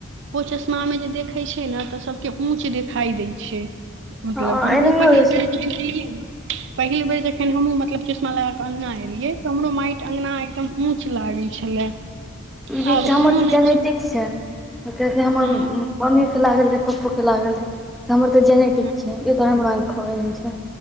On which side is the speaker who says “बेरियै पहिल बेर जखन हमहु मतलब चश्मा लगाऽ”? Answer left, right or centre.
Right